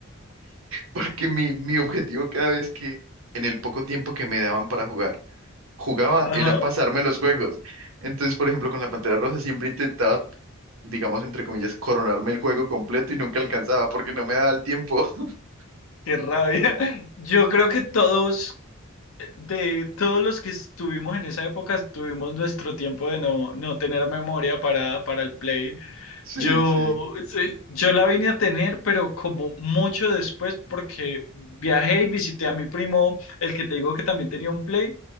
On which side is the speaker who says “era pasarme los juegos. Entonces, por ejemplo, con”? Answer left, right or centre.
Right